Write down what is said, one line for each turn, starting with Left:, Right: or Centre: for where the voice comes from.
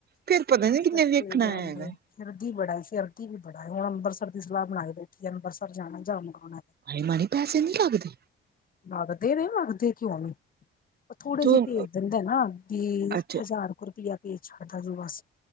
Right: ਫਿਰ ਪਤਾ ਨੀ
Left: ਸੱਚੀ
Right: ਕਿੰਨੇ ਵੇਖਣਾ
Left: ਗੱਲ
Right: ਹੇਗਾ
Left: ਏ ਫਿਰਦੀ ਬੜਾ ਫਿਰਦੀ ਵੀ ਬੜਾ ਹੈ ਅੰਮ੍ਰਿਤਸਰ ਦੀ ਸਲਾਹ ਬਣਾ ਕੇ ਬੈਠੀਏ ਅੰਮ੍ਰਿਤਸਰ ਜਾਣਾ ਜਾਮ ਕਰਉਣਾ।
Right: ਹਾਏ ਮਾੜੀ ਪੈਸੇ ਨਹੀਂ ਲੱਗਦੇ।
Left: ਲਗਦੇ ਨੇ ਲਗਦੇ ਕਿਉਂ ਨਹੀਂ। ਉਹ ਥੋੜੇ
Right: ਤੂੰ
Left: ਜਿਹੇ ਭੇਜ ਦਿੰਦਾ ਨਾ ਵੀ
Right: ਅੱਛਾ
Left: ਹਜ਼ਾਰ ਕੁ ਰੁਪਇਆ ਭੇਜ ਛੱਡਦਾ ਜੋ ਬਸ